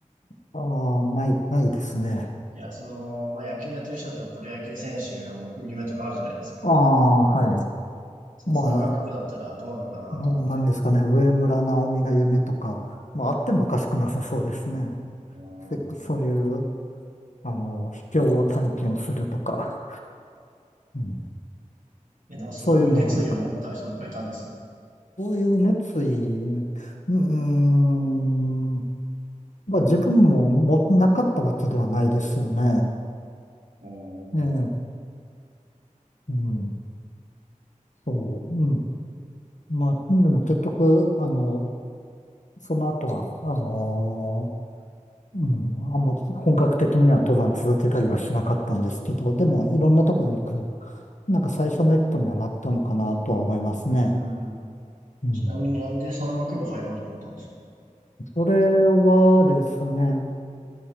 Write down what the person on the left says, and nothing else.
ああ、ない、ないですね。
ああ、はい。
まあ、のなんですかね、上村直美が夢とか、まあ、あってもおかしくなさそうですね。
せそういう、あの、秘境を探検するとか、うん、
そういうのはあるか。そういう熱意、うーん、まあ、自分ももなかったわけではないですよね。
ええ、うん、そう、うん。まあ、でも結局、あの、その後は、あのーうん、あんま本格的には登山続けたりはしなかったんですけど、でもいろんなとこ行く、なんか最初の一歩にはなったのかなとは思いますね。
うん。
それはですね、